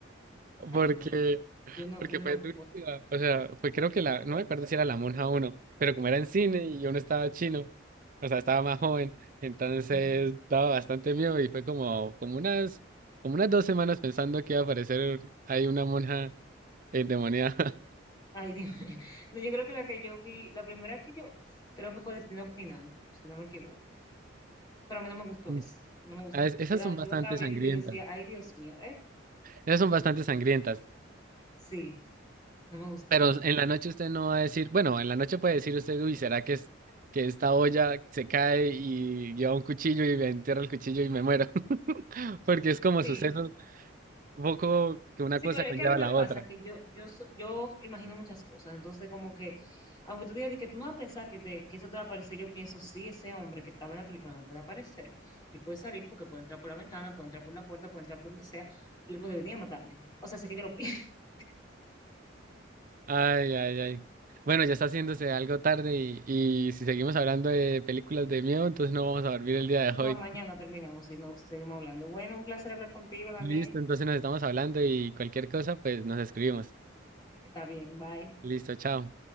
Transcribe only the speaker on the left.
ay, no, no. Yo no,
yo
no
puedo.
Ujú,
ujú.
Ay, <laughs> Dios mío. No, yo creo que la que yo vi, la primera que yo, creo que fue Destino Final, si no me equivoco. Pero a mí no me gustó
eso, no me gustó.
Yo la,
yo la estaba viendo
y yo decía, ay, Dios mío, ¿eh?
Sí, No me gustó.
Sí,
sí,
pero es
que a mí me
pasa
que yo, yo, so- yo imagino muchas cosas, entonces como que, aunque tú digas de que tú no vas a pensar que, te- que eso te va a aparecer, yo pienso, sí, ese hombre que estaba en la película no puede aparecer, él puede salir porque puede entrar por la ventana, puede entrar por la puerta, puede entrar por donde sea, y él puede venir a matarme. O sea, sí que yo lo pienso. <laughs>
No,
mañana terminamos, si no, si seguimos hablando. Bueno, un placer hablar contigo, Daniel.
Está bien, bye.